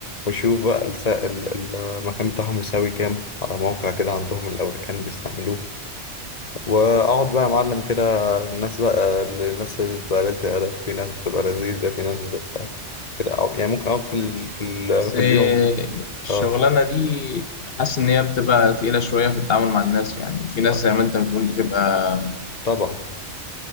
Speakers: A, on the left; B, on the left.
A: وشوف بقى الس- ال- المكان بتاعهم يساوي كام على موقع كده عندهم الأمريكان بيستعملوه واقعد بقى يا معلم كده الناس بقى الناس اللي بتبقى قليلة الادب في ناس بتبقى لذيذه في ناس بتبقى كده أقعد- يعني ممكن اقعد في ال... في ال...
B: بس
A: في
B: إيه،
A: اليوم
B: الشغلانة
A: اه
B: دي حاسس ان هي بتبقى تقيلة شوية في التعامل مع الناس يعني في ناس
A: آه،
B: زي ما انت بتقول بتبقى
A: طبعا